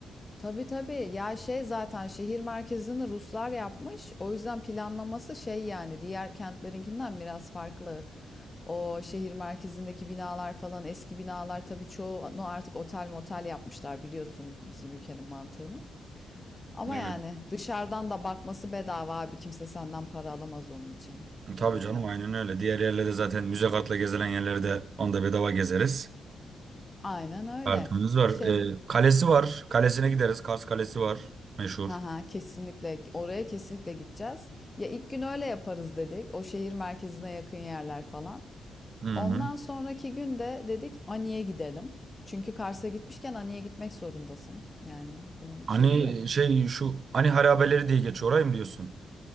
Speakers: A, on the left; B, on the right.
A: Tabii tabii. Ya şey zaten şehir merkezini Ruslar yapmış. O yüzden planlaması şey yani diğer kentlerinkinden biraz farklı. O şehir merkezindeki binalar falan eski binalar tabii çoğunu artık otel motel yapmışlar biliyorsun bizim ülkenin mantığını. Ama
B: Evet.
A: yani dışarıdan da bakması bedava abi. Kimse senden para alamaz onun için.
B: Tabii
A: Yani.
B: canım aynen öyle. Diğer yerlerde zaten müze kartla gezilen yerlerde onda bedava gezeriz.
A: Aynen öyle.
B: Kartımız var.
A: Şey,
B: E, kalesi var. Kalesine gideriz. Kars Kalesi var. Meşhur.
A: Ha ha kesinlikle oraya kesinlikle gideceğiz. Ya ilk gün öyle yaparız dedik. O şehir merkezine yakın yerler falan.
B: Hı
A: Ondan
B: hı.
A: sonraki gün de dedik Ani'ye gidelim. Çünkü Kars'a gitmişken Ani'ye gitmek zorundasın. Yani bunun şeyi
B: Hani
A: yok.
B: e, şey şu hani harabeleri diye geçiyor orayı mı diyorsun?